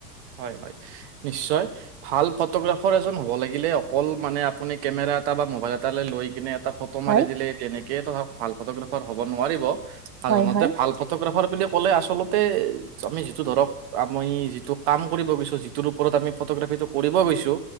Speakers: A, on the right (about 40°); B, on the right (about 80°).
A: হয় হয় নিশ্চয় ভাল ফটোগ্ৰাফ এজন হ'ব লাগিলে অকল মানে আপুনি কেমেৰা এটা বা ম'বাইল এটালৈ লৈ কিনে ফটো মাৰি
B: হয়
A: দিলে তেনেকে ধ ভাল ফটোগ্ৰাফা হব নোৱাৰিব সাধাৰণতে
B: হয় হয়
A: ভাল ফটো গ্ৰাফাৰ বুলি ক'লে আচলতে আমি যিটো ধৰক আমি যিটো কাম কৰিব গৈছো যিটোৰ ওপৰত আমি ফটোগ্ৰাফীটো কৰিব গৈছো